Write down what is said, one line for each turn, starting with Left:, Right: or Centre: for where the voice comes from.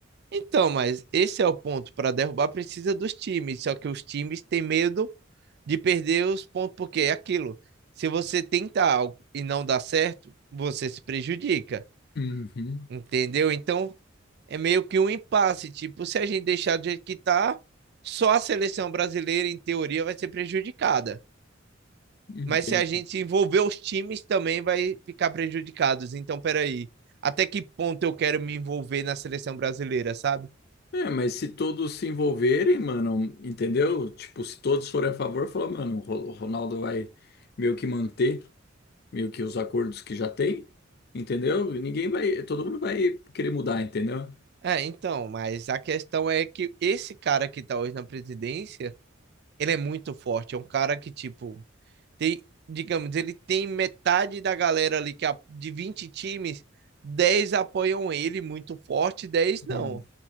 Right: Então, mas esse é o ponto. Para derrubar, precisa dos times. Só que os times têm medo de perder os pontos, porque é aquilo. Se você tenta algo e não dá certo, você se prejudica,
Left: Uhum,
Right: entendeu? Então, é meio que um impasse. Tipo, se a gente deixar do jeito que tá, só a seleção brasileira, em teoria, vai ser prejudicada.
Left: entendi.
Right: Mas se a gente envolver os times, também vai ficar prejudicados. Então, peraí. Até que ponto eu quero me envolver na seleção brasileira, sabe?
Left: É, mas se todos se envolverem, mano, entendeu? Tipo, se todos forem a favor, falar, mano, o Ro- o Ronaldo vai meio que manter, meio que os acordos que já tem, entendeu? E Ninguém vai, todo mundo vai querer mudar, entendeu?
Right: É, então, mas a questão é que esse cara que tá hoje na presidência, ele é muito forte. É um cara que, tipo, tem, digamos, ele tem metade da galera ali, que a- de 20 times, 10 apoiam ele muito forte, Dez não.
Left: Hum.